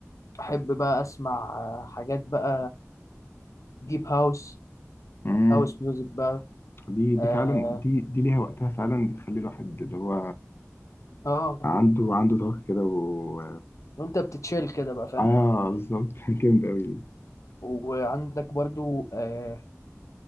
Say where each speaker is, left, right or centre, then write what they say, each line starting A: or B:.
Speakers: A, on the left; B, on the left.
A: بحب بقى اسمع آه، حاجات بقى ديب هاوس
B: امم
A: هاوس ميوزك بقى
B: دي دي
A: اه,
B: فعلا دي دي ليها وقتها فعلا بتخلي الواحد اللي هو
A: آه
B: عنده عنده طاقة كده و
A: وانت بتتشيل كده بقى فاهم
B: اه بالظبط <laughs> كان جامد قوي دي
A: وعندك برضو آه،